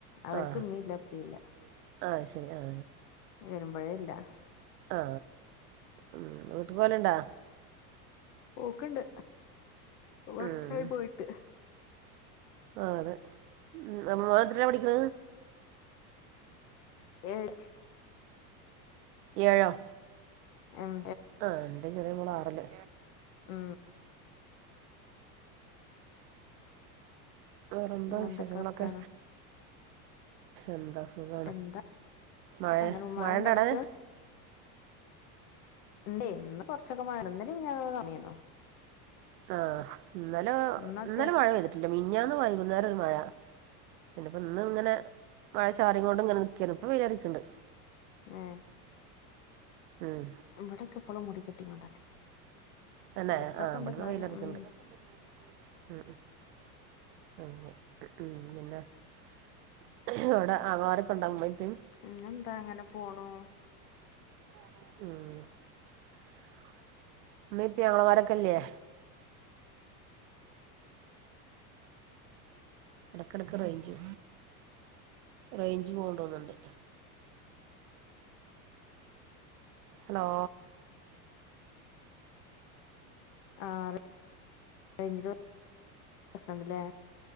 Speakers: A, on the left; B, on the right.
A: അവര്ക്ക്
B: ആ
A: ഉമ്മീല്ല, ഉപ്പീല്ല
B: ഇല്ല ആ ശരി ആ
A: വരുമ്പഴേ ല്ലാ
B: ആ ഉം വീട്ട്ക്ക് പോല്ണ്ടാ
A: പോക്കണ്ട് ഇപ്പക്കൊർച്ചായി
B: ഉം
A: പോയിട്ട്
B: ആ അതെ ഉം അപ്പ മ്മോ എത്രയ്ലാ പഠിക്ക്ണത്
A: ഏഴ്
B: ഏഴോ?
A: ഉം
B: ആ എന്റെ ചെറിയ മോളാറില്
A: ആ
B: വേറെന്താ
A: പിന്നെ
B: വിശേഷങ്ങളൊക്കെ,
A: എന്തൊക്കെ വർത്താനം
B: എന്താ? സുഖാണ്
A: എന്താ
B: മഴേ,
A: അങ്ങനെ മഴ
B: മഴണ്ടാവടെ?
A: ഉണ്ടോ അവിടക്ക് ഇണ്ടേയ് ഇന്ന് കൊർച്ചൊക്കെ മഴാണ് ഇന്നലീം മിഞ്ഞാന്നൊക്കെ കമ്മിയേന്നു
B: ആഹ് ഇന്നലൊ
A: ഇന്ന് അത്യാ
B: ഇന്നലെ മഴ പെയ്തിട്ടില്ല മിഞ്ഞാന്ന് വൈകുന്നേരൊരു മഴ പിന്നെപ്പന്ന്ങ്ങനെ മഴ ചാറിങ്ങോണ്ട്ങ്ങനെ നിക്കേര്ന്ന് ഇപ്പം വെയിലറിക്ക്ണ്ട്
A: ഏ
B: ഉം
A: ഇവടെക്കപ്പളൂ മുടിക്കെട്ടിങ്ങോണ്ടെന്നെ
B: തന്നെ
A: വെളിച്ചൊക്കണ്ട്
B: ആഹ് ഇവിടുന്ന്
A: ന്നാലു
B: വെയിലറിക്ക്ണ്ട്
A: ഉം
B: <unintelligible> ആങ്ങളമാരൊക്കെ ഉണ്ടോ ഉമ്മേം ഉപ്പേം
A: പിന്നെന്താ അങ്ങനെ പോണൂ
B: ആ ഇമ്മീ ഇപ്പീ ആങ്ങളമാരൊക്കല്ല്യേ ഇടക്കിടക്ക് റെയ്ഞ്ച് റെയ്ഞ്ച് പോണ്ടോന്ന്ണ്ട് ഹലോ
A: ആ റെ റെയ്ഞ്ച്ന്റെ പ്രശ്നണ്ട് ലേ